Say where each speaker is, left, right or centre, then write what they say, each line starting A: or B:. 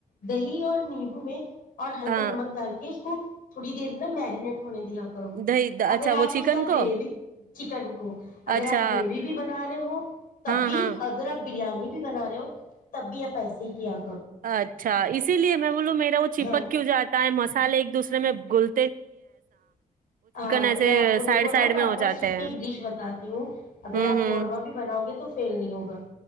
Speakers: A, on the left; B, on the right.
A: دہی ج اور نیمبو میں اور ہلکا
B: ہاں
A: نمک ڈال کے اس کو تھوڑ دیر ن میرینیٹ ہو نے دیا کرو
B: دہی اچھا
A: اگر آپ
B: وہ چکن
A: اس کا
B: کو
A: گریوی چکن کو اگر
B: اچھا
A: آپ گریوی بھی بنا رہے ہو تب
B: ہاں
A: بھی
B: ہاں
A: اگر آپ بریانی بھی بنا رہے ہو تب بھی آ اییسے سیکھیا
B: اچھا اسی لیے میں بولوں میرا وہ چپک
A: ہاں
B: کیوں جاتا ہے مسالے ایک دوسرے میں گول
A: ہاں
B: ایسے
A: تو میں آپ کو
B: سائڈ
A: دیکھو
B: سائڈ
A: نا پرپس
B: میں ہو جاتے
A: اس کی
B: ہیں
A: ایک ڈش بتاتی ہوں اگر
B: ہوں
A: آپ
B: ہوں
A: قورمہ بھی بناؤ گے تو فیل نہیں ہوگا